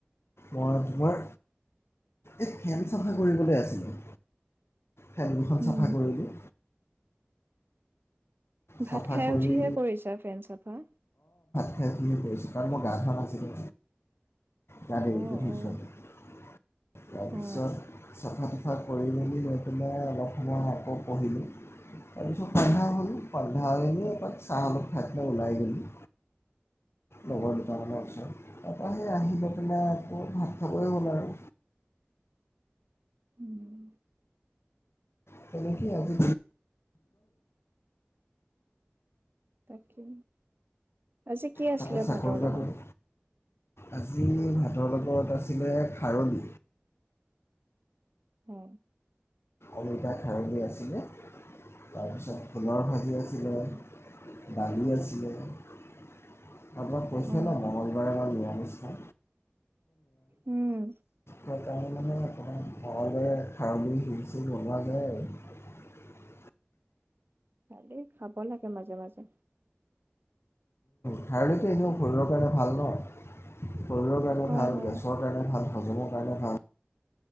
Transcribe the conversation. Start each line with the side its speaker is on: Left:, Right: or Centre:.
Left: মই তোমাৰ এই ফেন চাফা কৰিবলৈ আছিলোঁ ফেনখন
Right: উম
Left: চাফা কৰিলোঁ
Right: ভাত
Left: চাফা
Right: খাই
Left: কৰি
Right: উঠিহে কৰিছা ফেন চাফা
Left: খেতি কৰিছোঁ কাৰণ মই গা ধোৱা নাছিলোঁ তাৰি
Right: অ
Left: বীজ
Right: অ
Left: তাৰপিছত
Right: অ
Left: চাফা তাফা কৰি মেলি মৈ পনোই অলপ সময় আকৌ পঢ়িলো তাৰপিছত ৰন্ধা হ'ল সন্ধিয়াপৰত চাহা অলপ খাই ওলাই গোলো লগৰ
Right: অ
Left: দুটামানৰ ওচৰত তাৰপৰা সেই আহি লৈ পেলাই আকৌ ভাত খাবই হ'ল আৰু
Right: উম
Left: তেনেক আজি
Right: তাকে আজি কি আছিলে
Left: তাতে চাকৰি
Right: ভাতৰ
Left: বাকৰি
Right: লগত
Left: আজি ভাতৰ লগত আছিলে খাৰলি
Right: অ
Left: অমিতা খাৰলি আছিলে, তাৰপিছত ভোলৰ ভাজি আছিলে, দালি আছিলে। <unintelligible> খবাৰ
Right: অ
Left: এবাৰ নিৰা নিশা।
Right: উম।
Left: তাৰ মানে অকণমান ঘৰৰে খাৰ বুলি শছে <unintelligible>
Right: দেই খাব লাগে, মাজ, মাজে।
Left: ঠাইলৈকে সেও শৰীৰৰ কাৰণে ভাল ন' শৰীৰৰ কাৰণে
Right: হয়,
Left: ভাল,
Right: হয়,
Left: গেছৰ কাৰণে ভাল, হজমৰ কাৰণে ভাল।